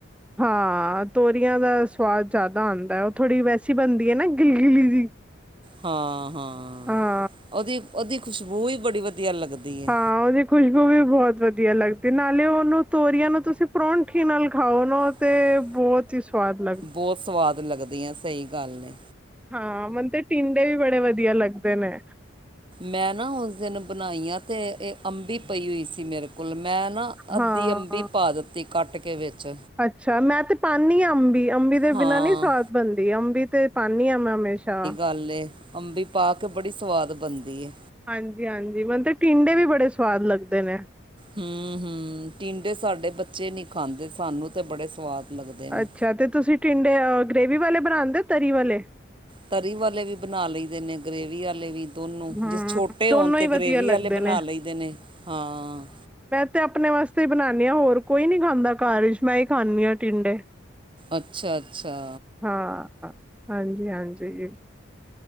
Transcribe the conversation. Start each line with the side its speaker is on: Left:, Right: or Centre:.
Centre: ਹਾਂ, ਤੋਰੀਆਂ ਦਾ ਸਵਾਦ ਜਾਦਾ ਆਂਦਾ ਓ ਥੋੜੀ ਵੈਸੀ ਬਨਦੀ ਏ ਨਾ ਗਿੱਲ-ਗਿੱਲੀ ਜੀ।
Right: ਹਾਂ-ਹਾਂ,
Centre: ਹਾਂ
Right: ਓਦੀ ਓਦੀ ਖੁਸ਼ਬੂ ਈ ਬੜੀ ਵਦੀਆ ਲੱਗਦੀ ਹੈ
Centre: ਹਾਂ, ਓਦੀ ਖੁਸ਼ਬੂ ਵੀ ਬੋਹਤ ਵਦੀਆ ਲੱਗਦੀ ਨਾਲੇ ਓਨੂੰ ਤੋਰੀਆਂ ਨੂੰ ਤੁਸੀਂ ਪਰੌਂਠੀ ਨਾਲ ਖਾਓ ਨਾਂ
Right: <inaudible>
Centre: ਬੋਤ ਈ ਸਵਾਦ ਲੱਗ
Right: ਬੋਤ ਸਵਾਦ ਲੱਗਦੀ ਆਂ ਸਈ ਗਾੱਲ ਏ
Centre: ਹਾਂ, ਮਨ ਤੇ ਟੀਂਡੇ ਵੀ ਬੜੇ ਵਦੀਆ ਲੱਗਦੇ ਨੇ।
Right: ਮੈਂ ਨਾ ਓਸ ਦਿਨ ਬਨਾਈਆਂ ਤੇ ਏ ਅੰਬੀ ਪਈ ਹੋਈ ਸੀ ਮੇਰੇ ਕੋਲ ਮੈਂ ਨਾ ਅੱਦੀ
Centre: ਹਾਂ
Right: ਅੰਬੀ ਪਾ ਦੱਤੀ ਕਾੱਟ ਕੇ ਵੇੱਚ
Centre: ਅੱਛਾ ਮੈਂ ਤੇ ਪਾਨੀਂ ਆਂ ਅੰਬੀ, ਅੰਬੀ ਦੇ
Right: ਹਾਂ
Centre: ਬਿਨਾਂ ਨੀ ਸਵਾਦ ਬਨਦੀ ਅੰਬੀ ਤੇ ਪਾਨੀਂ ਆ ਮੈਂ ਹਮੇਸ਼ਾ
Right: ਹੱਲੇ ਅੰਬੀ ਪਾ ਕੇ ਬੜੀ ਸਵਾਦ ਬਨਦੀ ਏ।
Centre: ਹਾਂਜੀ-ਹਾਂਜੀ, ਮੇਨ ਤੇ ਟੀਂਡੇ ਵੀ ਬੜੇ ਸਵਾਦ ਲੱਗਦੇ ਨੇ
Right: ਹੂੰ-ਹੂੰ, ਟੀਂਡੇ ਸਾੱਡੇ ਬੱਚੇ ਨੀ ਖਾਂਦੇ ਸਾਨੂੰ ਤੇ ਬੜੇ ਸਵਾਦ ਲੱਗਦੇ ਨੇ
Centre: ਅੱਛਾ ਤੇ ਤੁਸੀਂ ਟਿੰਡੇ ਅ ਗ੍ਰੇਵੀ ਵਾਲੇ ਬਣਾਂਦੇ ਤਰੀ ਵਾਲੇ?
Right: ਤਰੀ ਵਾਲੇ ਵੀ ਬਨਾ ਲਈਦੇ ਨੇ ਗ੍ਰੇਵੀ ਆਲੇ ਵੀ। ਦੋਨੋਂ,
Centre: ਹੂੰ
Right: ਜੇ ਛੋਟੇ ਹੋਨ
Centre: ਦੋਨੋਂ
Right: ਤੇ
Centre: ਈ ਵਧੀਆ
Right: ਗ੍ਰੇਵੀ
Centre: ਲੱਗਦੇ
Right: ਆਲੇ ਬਨਾ
Centre: ਨੇ।
Right: ਲਈਦੇ ਨੇ ਹਾਂ।
Centre: ਤੇ ਅਪਨੇ ਵਾਸਤੇ ਈ ਬਨਾਨੀ ਆ ਹੋਰ ਕੋਈ ਨੀ ਖਾਂਦਾ ਘਾਰ ਈਚ ਮੈਂ ਈ ਖਾਂਨੀ ਆਂ ਟਿੰਡੇ।
Right: ਅੱਛਾ-ਅੱਛਾ।
Centre: ਹਾਂ, ਹਾਂ, ਹਾਂਜੀ-ਹਾਂਜੀ